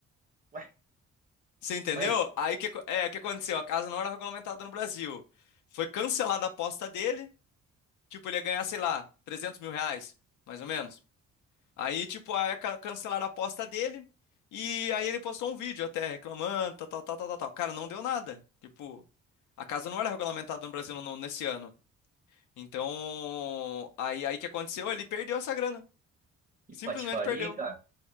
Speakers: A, on the right; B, on the left.
A: Ué,
B: Você entendeu?
A: mas
B: Aí o que, é, o que aconteceu? A casa não era regulamentada no Brasil. Foi cancelada a aposta dele. Tipo, ele ia ganhar, sei lá, trezentos mil reais, mais ou menos. Aí, tipo, aí ca- cancelaram a aposta dele. E aí ele postou um vídeo até reclamando, tal, tal, tal, tal, tal. tal. Cara, não deu nada. Tipo, a casa não era regulamentada no Brasil no- nesse ano. Então, aí, aí que aconteceu? Ele perdeu essa grana.
A: que
B: Simplesmente
A: patifaria,
B: perdeu.
A: hein, cara?